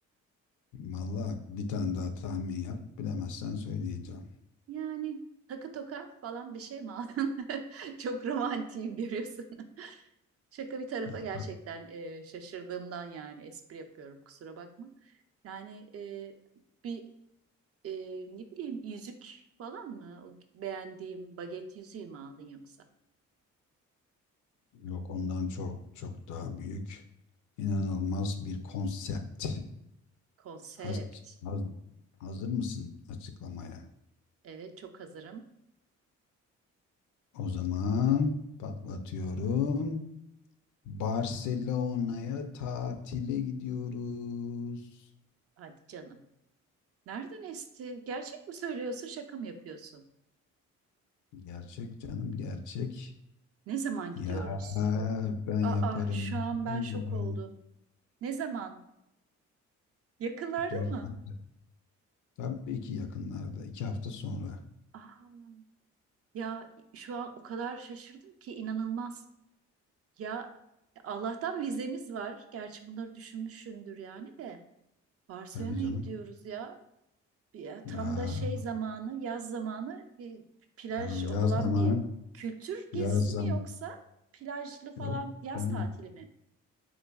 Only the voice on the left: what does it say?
Vallahi bir tane daha tahmin yap. Bilemezsen söyleyeceğim.
Ya
tak
yok ondan çok çok daha büyük. İnanılmaz
bir konsept.
Haz- haz- hazır mısın açıklamaya?
O zaman patlatıyorum. Barcelona'ya tatile gidiyoruz.
Gerçek canım gerçek.
Ya
ben yaparım.
yaparım.
Dur.
hadi. Tabii ki yakınlarda. iki hafta sonra.
Tabii canım.
Ya
yani
yaz zaman
yaz
zam
yok
canım.